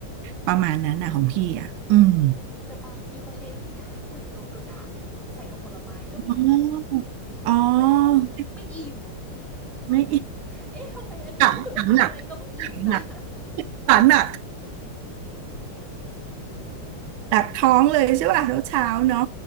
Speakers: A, on the right (about 75°); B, in the centre.
A: ประมาณนั้นนะของพี่อ่ะอืม
B: แต่บางทีเขาใช้อันนี้นะกรีกโยเกิร์ตอะใส่กับผลไม้ก็มี
A: อ๋ออ๋อ
B: ลองแล้วไม่อิ่ม
A: ไม่
B: เอ๊ะทำไมอันนี้รู้สึกว่ากินอะไรก็ไม่อิ่มนะ
A: ขังขังหนักขังหนักขังหนักหนักท้องเลยใช่ป่ะเช้าเช้าเนาะ